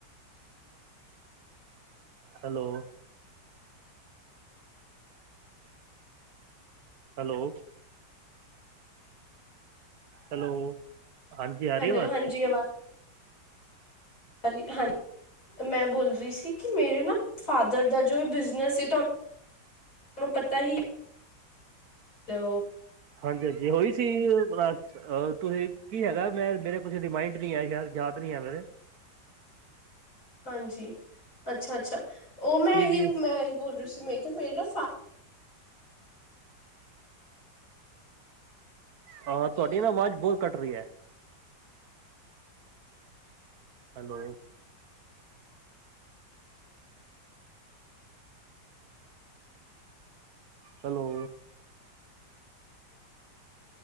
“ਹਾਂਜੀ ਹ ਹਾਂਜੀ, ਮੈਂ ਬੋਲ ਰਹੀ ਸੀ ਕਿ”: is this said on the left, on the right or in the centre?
Left